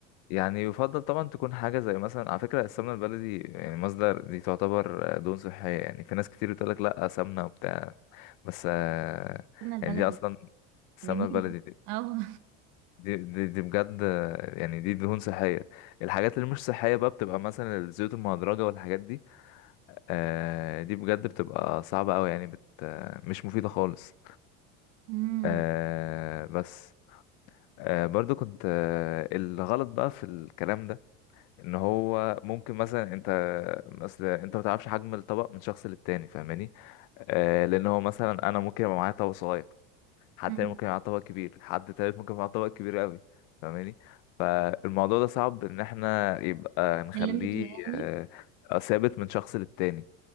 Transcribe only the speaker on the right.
قلنا البلدي
جميلة
اه
امم
مم.
من لميته يعني